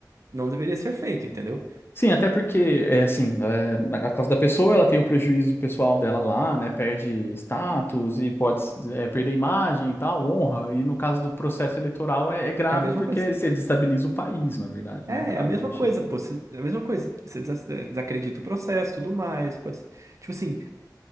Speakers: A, on the right; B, on the left.
A: não deveria ser feito, entendeu?
B: Sim, até porque, é assim, é, na causa da pessoa, ela tem o prejuízo pessoal dela lá, né? Perde status e pode, é, perder imagem e tal, honra. E no caso do processo eleitoral é, é grave
A: É a mesma
B: porque
A: coisa.
B: você desestabiliza o país, na verdade,
A: É,
B: né, cara?
A: é a mesma
B: Do tipo.
A: coisa, pô. cê- é a mesma coisa. Você des- é, desacredita o processo, tudo mais. Pode... ser- Tipo assim,